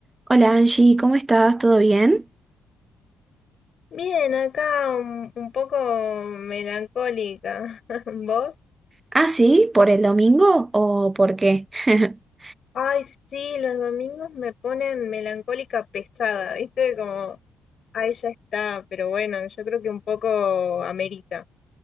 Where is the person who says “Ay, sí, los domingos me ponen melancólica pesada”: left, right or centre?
Left